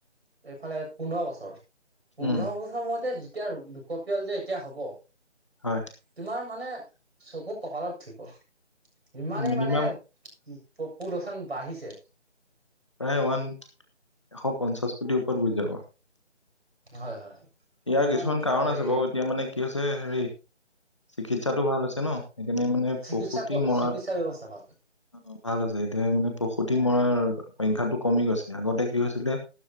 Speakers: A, on the right; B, on the left.
A: এইফালে পোন্ধৰ বছৰ পোন্ধৰ
B: উম।
A: বছৰ মোৰত যে যেতিয়া লোকপিয়ল যে এতিয়া হব
B: হয়,
A: তোমাৰ মানে। চকু কপালত ধুব ইমানেই
B: মিনিমাম
A: মানে উ পুলচান বাঢ়িছে
B: প্ৰায় ওৱান এশ পঞ্চাশ কোটিৰ ওপৰত গুচি যাব
A: হয় হয় হয় আৰু
B: ইয়াৰ
A: ইমান
B: কিছুমান কাৰণ
A: হেৰি
B: আছে বাৰু এতিয়া মানে কি হৈছে হেৰি চিকিৎসাটো ভাল হৈছে ন সেইকাৰণে মানে
A: চিকিৎসা
B: পসূতি মৰাত
A: চিকিৎসা ব্যৱস্থা ভাল হয়
B: অ ভাল আছে এতিয়া মানে প্ৰসূতি মৰাৰ সংখ্যাটো কমি গৈছে আগতে কি হৈছিলে